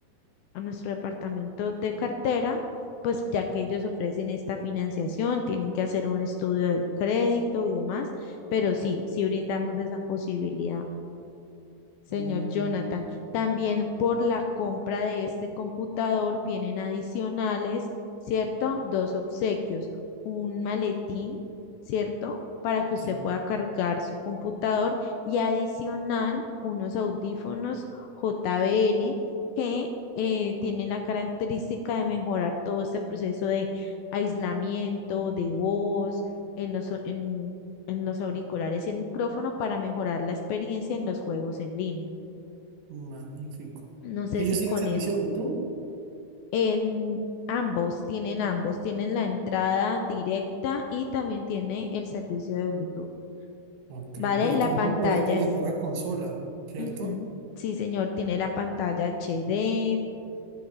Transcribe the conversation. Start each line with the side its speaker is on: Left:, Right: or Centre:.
Left: a nuestro departamento de cartera, pues ya que ellos ofrecen esta financiación, tienen que hacer un estudio del crédito y demás, pero sí, sí brindamos esa posibilidad. Señor
Right: Mm,
Left: Jonathan, también por la compra de este computador vienen adicionales, ¿cierto? Dos obsequios, un maletín, ¿cierto? Para que
Right: sí,
Left: usted pueda cargar su computador y adicional unos audífonos JBL que eh, tienen la característica de mejorar todo este proceso de aislamiento, de voz, en en los o- en en los auriculares y el micrófono para mejorar la experiencia en los juegos en línea.
Right: magnífico.
Left: No sé
Right: ¿Ellos
Left: si con
Right: tienen servicio
Left: es
Right: Bluetooth?
Left: en ambos tienen ambos, tienen la entrada directa y también tiene el servicio de Bluetooth,
Right: Ok,
Left: ¿vale?
Right: pues
Left: La
Right: también
Left: pantalla
Right: podría conectar
Left: es,
Right: a consola, ¿cierto?
Left: ujú, Sí, señor, tiene la pantalla HD,